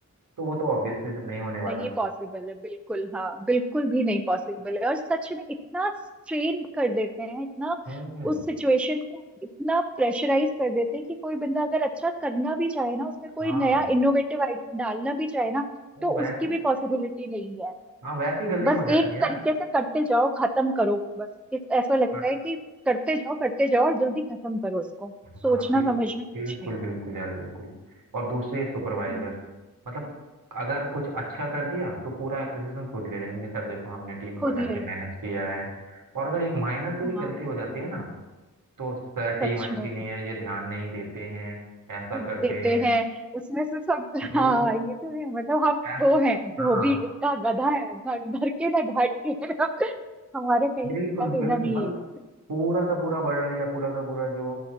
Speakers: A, on the right; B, in the centre.
A: तो वो तो ऑब्वियसली नहीं होने
B: नहीं
A: वाला
B: पॉसिबल है बिल्कुल हाँ बिल्कुल भी नहीं पॉसिबल है और सच में इतना स्ट्रेन कर देते हैं इतना
A: हम्म हम्म,
B: उस सिचुएशन को इतना प्रेशराइज कर देते हैं कि कोई बंदा अगर अच्छा करना भी चाहे ना उसमें कोई
A: हाँ
B: नया इनोवेटिव आइडिया डालना भी चाहे ना
A: वो
B: तो
A: वैसे
B: उसकी भी
A: ही-
B: पॉसिबिलिटी नहीं है
A: हाँ वैसे ही गलतियां
B: बस
A: हो जाती
B: एक
A: हैं यार
B: तरीके से करते जाओ खत्म करो बस इस- ऐसा लगता
A: और-
B: है कि करते जाओ करते जाओ और जल्दी खत्म करो उसको सोचना
A: हाँ बिल्कुल
B: समझना
A: बिल्कुल
B: कुछ नहीं
A: बिल्कुल यार बिल्कुल और दूसरे सुपरवाइजर
B: हम्म
A: मतलब अगर कुछ अच्छा कर दिया तो पूरा एप्रिसिएशन खुद ले लेंगे सर देखो हमने टीम को
B: खुद
A: ऐसे
B: ले लेंगे
A: मैनेज किया है और अगर एक माइनर से
B: हाँ
A: भी गलती हो जाती है ना तो सर टीम
B: सच
A: अच्छी
B: में
A: नहीं है ये ध्यान नहीं देते हैं ऐसा
B: देते
A: करते हैं
B: हैं उसमें से सब
A: भाई
B: हाँ ये तो है मतलब हम
A: ऐस-
B: वो हैं धोबी
A: हाँ
B: का गधा है ना घर के ना घाट के हमारे कहीं
A: बिल्कुल
B: लेना देना
A: बिल्कुल
B: नहीं
A: मतलब
B: है
A: पूरा का पूरा बर्डन या पूरा का पूरा जो